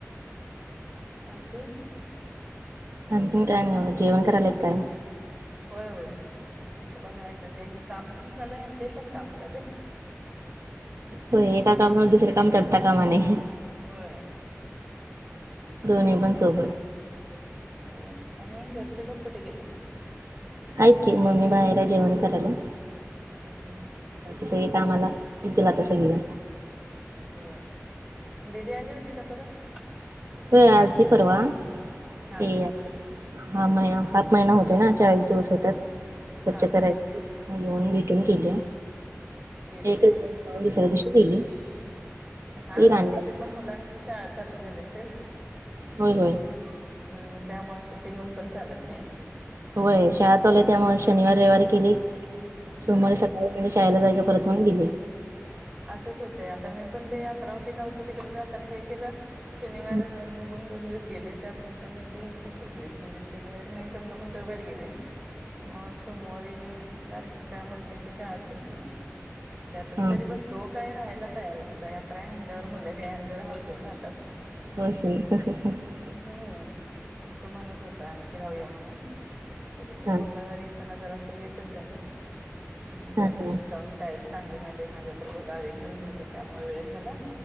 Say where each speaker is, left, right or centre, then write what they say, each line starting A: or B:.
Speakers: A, on the right; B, on the right.
A: आणखीन?
B: आणखीन काय नव्ह जेवण कराले कि काय?
A: होय, होय आता बनवायचं ते हे काम पण चालूय आणि ते पण काम चालूय.
B: होय एका कामावर दुसरे काम तटता कामा नये.
A: होय.
B: दोनी पण सोबत.
A: होय आणि घरचे लोक कुठे गेलेत?
B: आहेत की, मम्मी बाहेर हाय जेवण करालीया.
A: ह ह ह.
B: बाकी सगळे कामाला, येतील आता सगळीजण.
A: होय, दीदी आली होती का परत?
B: होय आलती परवा,
A: हा
B: ती हा महिना, हाफ महिना होतोय ना, चाळीस दिवस होतात. स्वच्छ
A: हा हा
B: करायच,
A: हा
B: म येऊन भेटून गेलीया.
A: गेली
B: एकच
A: काय
B: दिवस? दुसऱ्या दिवशी गेली.
A: हा
B: येईल
A: नाही
B: आणि
A: तिची
B: नंतर
A: पण मुलांची शाळा चालू झाली असेल.
B: होय होय.
A: हम्म, त्यामुळे सुट्टी घेऊन पण चालत नाही.
B: होय शाळा चालूय त्यामुळे शनिवार, रविवारी केली सोमवारी
A: हा.
B: सका हो म्हणे शाळेला जायचा परत म्हणून गेली.
A: असंच होतंय, आता मी पण ते यात्रा होती ना आमची तिकडे जाताना काय केलं शनिवार,
B: हा
A: रविवार बघून दोन दिवस गेले त्यातून पण एक दिवस ची चुकलेच म्हणजे शनिवारी नाहीचं जमलं म्हणून रविवारी गेले मग सोमवारी बारक्या मुलग्याची शाळा चुकली. त्यातून
B: हा
A: तरी
B: हा.
A: पण तो काय राहायला तयारच होता यात्राय म्हणल्यावर मुलं काय आणि जरा हाऊसेनं राहतात.
B: हावशीनं.
A: हम्म मग तो म्हणत होता आणखी राहूया म्हणून तरी पण
B: हा
A: मंगळवारी येत ताना जरा लेटच झाला मग दुसऱ्या
B: हा हा.
A: दिवशी जाऊन शा शाळेत सांगून आले माझ्या बरोबर गावी घेऊन गेलते त्यामुळे वेळ झाला.